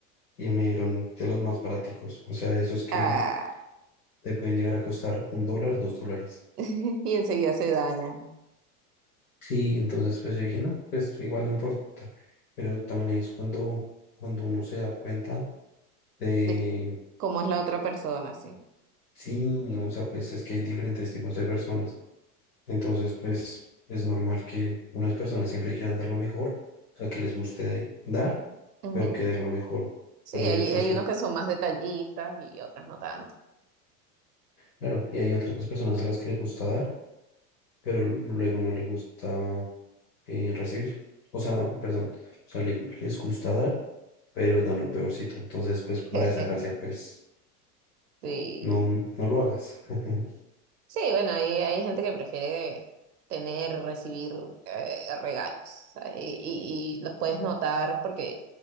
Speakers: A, on the left (about 80°); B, on the right (about 80°).
A: y me dieron de los más baraticos, o sea, esos que
B: Ah,
A: te pueden llegar a costar un dólar, dos dólares.
B: <laughs> y enseguida se dañan.
A: Sí, entonces pues yo dije, no, pues igual no importa. Pero también ahí es cuando, cuando uno se da cuenta de,
B: De cómo es la otra persona, sí.
A: sí, o sea, pues es que hay diferentes tipos de personas. Entonces, pues es normal que unas personas siempre quieran dar lo mejor, o sea, que les guste de- dar,
B: Ujú.
A: pero que den lo mejor.
B: Sí,
A: Pero
B: hay,
A: hay otras
B: hay
A: que,
B: unos que son más detallistas y otras no tanto.
A: claro, y hay otras personas a las que les gusta dar, pero luego no les gusta eh, recibir. O sea, perdón, o sea, le- les gusta dar pero dan lo peorcito. Entonces, pues para
B: <laughs>
A: esa gracia, pues
B: Sí.
A: no, no no lo hagas. <laughs>
B: Sí, bueno, hay, hay gente que prefiere tener, recibir eh, regalos, ¿sabes? Y, y- y los puedes notar porque